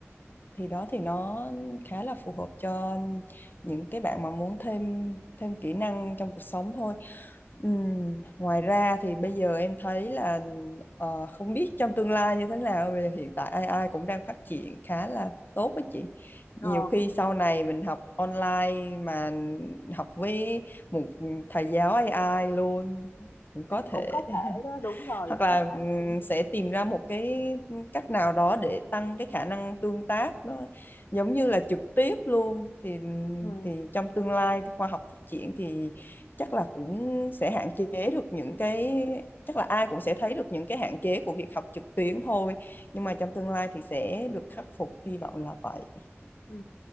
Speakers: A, on the left (about 45°); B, on the left (about 80°).
A: thì đó thì nó khá là phù hợp cho những cái bạn mà muốn thêm thêm kỹ năng trong cuộc sống thôi. Ừm, ngoài ra thì bây giờ em thấy là ờ, không biết trong tương lai như thế nào vì hiện tại AI cũng đang phát triển khá là tốt á chị. Nhiều
B: ờ.
A: khi sau này mình học online mà học với một thầy giáo AI luôn cũng có thể
B: Cũng có thể đó, đúng rồi,
A: hoặc
B: cũng
A: là
B: có
A: ừm,
B: thể, đúng rồi.
A: sẽ tìm ra một cái cách nào đó để tăng cái khả năng tương tác nó giống như là trực tiếp luôn thì
B: Ừm,
A: thì trong tương lai thì khoa học phát triển thì chắc là cũng sẽ hạn chế được những cái chắc là ai cũng sẽ thấy được những cái hạn chế của việc học trực tuyến thôi nhưng mà trong tương lai thì sẽ được khắc phục hy vọng là vậy
B: ừ,